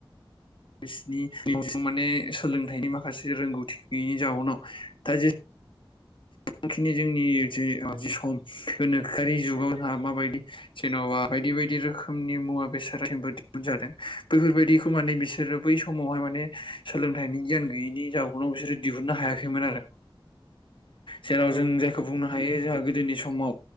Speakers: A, on the left; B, on the left.
A: बिसिनि माने सोलोंथाइनि माखासे रोंगौथि गैयैनि जाउनाव दा जे थांखिनि जोंनि जे जि सम गोनोखोआरि जुगाव जोंहा माबायदि जेन'बा बायदि बायदि रोखोमनि मुवा बेसाद दिहुन जादों बैफोरबायदिखौ माने बिसोरो बै समावहाय माने सोलोंथाइनि गियान गैयैनि जाउनाव बिसोरो दिहुननो हायाखैमोन आरो।
B: <unintelligible>
A: जेराव
B: औ
A: जों
B: नंगौ
A: जायखौ
B: नोंथां
A: बुंनो हायो जोंहा गोदोनि बे समाव